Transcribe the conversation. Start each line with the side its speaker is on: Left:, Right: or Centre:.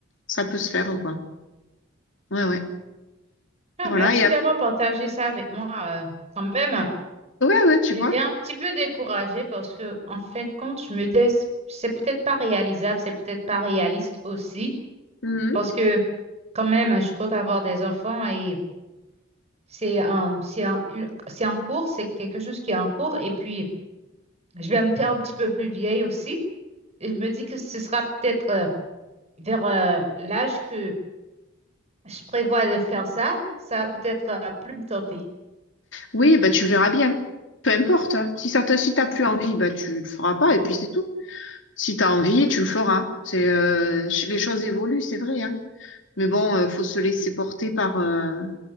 Left: ça peut se faire quoi. Ouais, ouais.
Right: Ah,
Left: Voilà.
Right: merci
Left: Et ap-
Right: d'avoir partagé ça avec moi. euh, quand même,
Left: ouais, ouais,
Right: j'étais
Left: tu vois.
Right: un petit peu découragée parce que, en fin de compte, je me dis, c'est c'est peut-être pas réalisable, c'est peut-être pas réaliste aussi.
Left: Mhm.
Right: Parce que, quand même, je compte avoir des enfants et c'est un, c'est un- une- c'est en cours, c'est quelque chose qui est en cours. Et puis, je vais me faire un petit peu plus vieille aussi. Et je me dis que ce sera peut-être euh, vers euh, l'âge que je prévois de faire ça. Ça va peut-être euh, plus me tenter.
Left: Oui, bah tu verras bien. Peu importe. hein. Si ça te, si t'as plus envie, bah tu le feras pas et puis c'est tout. Si t'as envie, tu le feras. C'est euh, ch- les choses évoluent, c'est vrai, hein. Mais bon, euh, faut se laisser porter par euh,